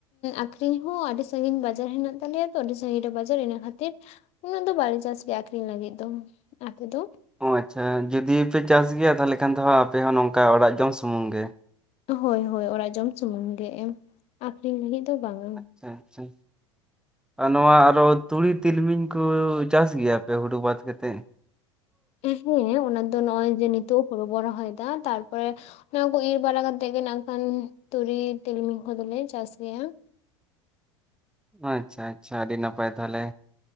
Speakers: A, on the left; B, in the centre.
A: ᱟᱠᱷᱨᱤᱧ ᱦᱚᱸ ᱟᱹᱰᱤ ᱥᱟᱹᱜᱤᱧ ᱵᱟᱡᱟᱨ ᱢᱮᱱᱟᱜ ᱛᱟᱞᱮᱭᱟ ᱛᱚ ᱟᱹᱰᱤ ᱥᱟᱹᱜᱤᱧ ᱨᱮ ᱵᱟᱡᱟᱨ ᱤᱱᱟᱹ ᱠᱷᱟᱹᱛᱤᱨ ᱩᱱᱟᱹᱜ ᱫᱚ ᱵᱟᱞᱮ ᱪᱟᱥ ᱜᱮᱭᱟ ᱟᱠᱷᱨᱤᱧ ᱞᱟᱹᱜᱤᱫ ᱫᱚ, ᱟᱯᱮ ᱫᱚ?
B: ᱚ ᱟᱪᱪᱷᱟ ᱡᱩᱫᱤ ᱯᱮ ᱪᱟᱥ ᱜᱮᱭᱟ ᱛᱟᱦᱚᱞᱮ ᱠᱷᱟᱱ ᱫᱚ ᱦᱟᱜ ᱟᱯᱮ ᱦᱚᱸ ᱱᱚᱝᱠᱟ ᱚᱲᱟᱜ ᱡᱚᱢ ᱥᱩᱢᱩᱝ ᱜᱮ᱾
A: ᱦᱚᱭ ᱦᱚᱭ ᱚᱲᱟᱜ ᱡᱚᱢ ᱥᱩᱢᱩᱝ ᱜᱮ ᱮᱢ ᱟᱠᱷᱨᱤᱧ ᱞᱟᱹᱜᱤᱫ ᱫᱚ ᱵᱟᱝ-ᱟ᱾
B: <unintelligible> ᱟᱪᱪᱷᱟ ᱟᱨ ᱱᱚᱣᱟ ᱟᱨᱚ ᱛᱩᱲᱤ ᱛᱤᱞᱢᱤᱧ ᱠᱚ ᱪᱟᱥ ᱜᱮᱭᱟᱯᱮ ᱦᱩᱲᱩ ᱵᱟᱫ ᱠᱟᱛᱮᱫ?
A: ᱦᱮᱸ, ᱚᱱᱟ ᱫᱚ ᱱᱚᱜᱼᱚᱭ ᱡᱮ ᱱᱤᱛᱚᱜ ᱦᱩᱲᱩ ᱵᱚᱱ ᱨᱚᱦᱚᱭ ᱮᱫᱟ, ᱛᱟᱨᱯᱚᱨᱮ ᱚᱱᱟ ᱠᱚ ᱤᱨ ᱵᱟᱲᱟ ᱠᱟᱛᱮᱫ ᱜᱮ ᱱᱟᱝᱠᱷᱟᱱ ᱛᱩᱲᱤ ᱛᱤᱞᱢᱤᱧ ᱠᱚ ᱫᱚᱞᱮ ᱪᱟᱥ ᱜᱮᱭᱟ᱾
B: ᱟᱪᱪᱷᱟ ᱟᱪᱪᱷᱟ, ᱟᱹᱰᱤ ᱱᱟᱯᱟᱭ ᱛᱟᱦᱚᱞᱮ᱾